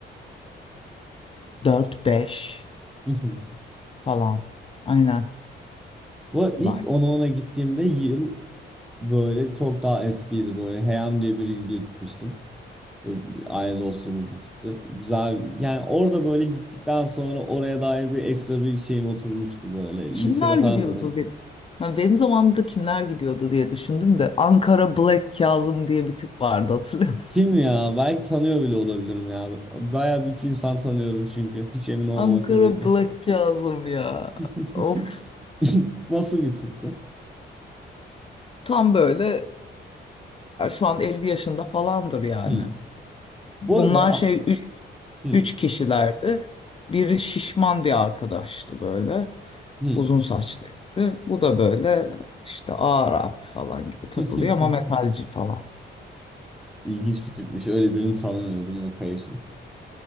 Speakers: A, on the left (about 25°); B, in the centre.
A: 4, 5
B: <laughs>
A: falan. Aynen.
B: bu arada
A: Vay.
B: ilk ona ona gittiğimde yıl böyle çok daha eskiydi böyle. Heyam diye biriyle gitmiştim. Böyle bir Aile dostluğumuz bir tıktı. Güzel. Yani orada böyle gittikten sonra oraya dair bir ekstra bir şeyim oturmuştu böyle. Lisede
A: Kimler gidiyordu
B: falan zaten.
A: benim? Ha, benim zamanımda kimler gidiyordu diye düşündüm de Ankara Black Kazım diye bir tip vardı hatırlıyor musun?
B: Kim
A: <laughs>
B: ya? Belki tanıyor bile olabilirim ya. Bayağı bir iki insan tanıyorum çünkü. Hiç emin olmamakla
A: Ankara
B: birlikte.
A: Black Kazım ya.
B: <laughs>
A: Of
B: Nasıl bir tipti?
A: tam böyle ya şu an 50 yaşında falandır yani.
B: Hmm.
A: Bunlar
B: Bu arada a-
A: şey
B: hmm,
A: Üç kişilerdi. Biri şişman bir arkadaştı böyle.
B: hmm.
A: Uzun saçlı birisi. Bu da böyle işte ağır abi falan gibi takılıyor
B: <laughs>
A: ama metalci falan.
B: İlginç bir tipmiş. Öyle birini tanımıyordum. Yok hayır.